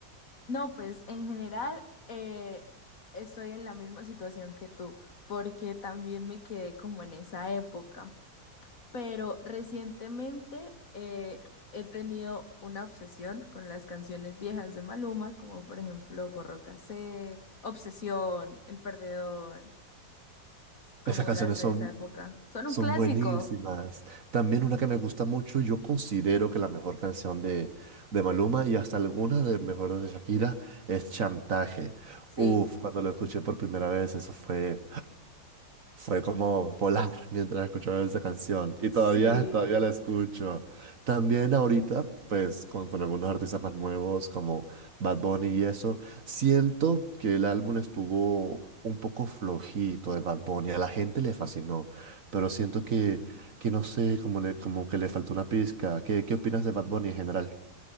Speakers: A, on the left; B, on the right.
A: No, pues en general eh, estoy en la misma situación que tú, porque también me quedé como en esa época. pero recientemente eh, he tenido una obsesión con las canciones viejas de Maluma, como por ejemplo Porro Cassette, Obsesión, El Perdedor, como
B: Esas canciones
A: las de
B: son
A: esa época. Son un
B: Son
A: clásico,
B: buenísimas. También una que me gusta mucho, yo considero que la mejor canción de, de Maluma y hasta algunas de mejores de Shakira es Chantaje.
A: sí,
B: Uf, cuando lo escuché por primera vez, eso fue fue como volar mientras escuchaba esa canción y
A: sí.
B: todavía, todavía la escucho. También ahorita, pues con, con algunos artistas más nuevos como Bad Bunny y eso, siento que el álbum estuvo un poco flojito de Bad Bunny. A la gente le fascinó, pero siento que, que no sé, como, le, como que le faltó una pizca. ¿Qué, qué opinas de Bad Bunny en general?